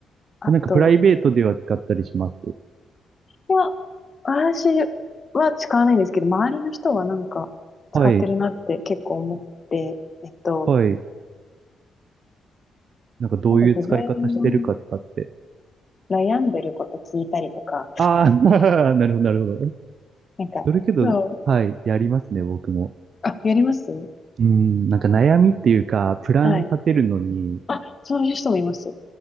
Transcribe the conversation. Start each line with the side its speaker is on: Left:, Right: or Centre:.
Left: あと
Right: え、なんかプライベートでは使ったりします
Left: は、私は使わないんですけど、周りの人はなんか使ってるなって結構思って、
Right: はい、
Left: えっと、
Right: はい。なんかどういう使い方してるかとかって。
Left: なんか自分の悩んでること聞いたりとか、
Right: ああ、<laughs> なるほど、なるほど。
Left: なんか、
Right: それけど、
Left: そう、
Right: はい、やりますね、僕も。
Left: あ、やります
Right: うん、なんか悩みっていうか、
Left: か
Right: プラン立てるのに、
Left: はい。あ、そういう人もいます。